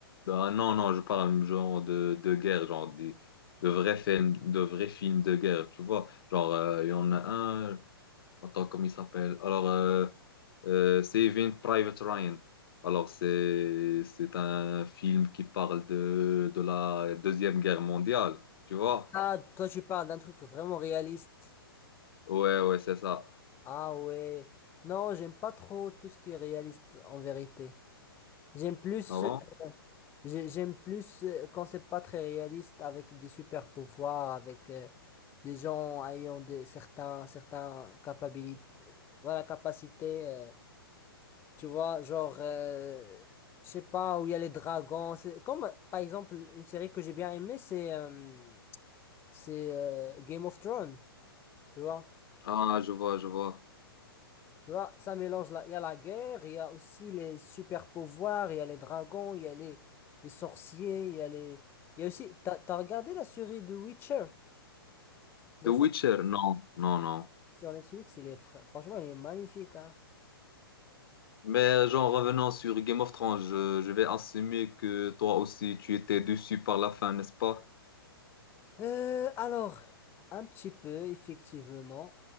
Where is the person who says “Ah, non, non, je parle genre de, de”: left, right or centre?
Left